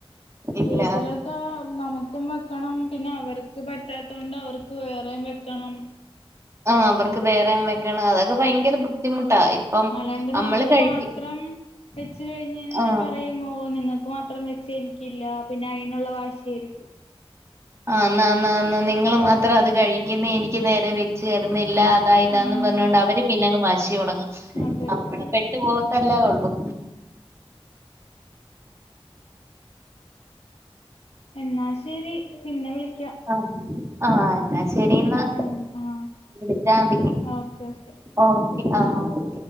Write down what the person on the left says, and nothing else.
വീട്ടിലൊക്കെ നമുക്കും വെക്കണം പിന്നെ അവർക്ക് പറ്റാത്തോണ്ട് അവർക്ക് വേറെയും വെക്കണം
മല്ലാണ്ട്
നമുക്ക്
മാത്രം വെച് കഴിഞേനെന്നെ
പറയ മോന് ങ്ങക്ക് മാത്രം വെച്ച് എനിക്കില്ല പിന്നെ അയ്നുള്ള വാശി ആയിരിക്കും
ഉം
അതെ
എന്നാ ശരി പിന്നെ വിളിക്കാം
ആഹ് ആഹ്
ഓക്കെ ഓക്കെ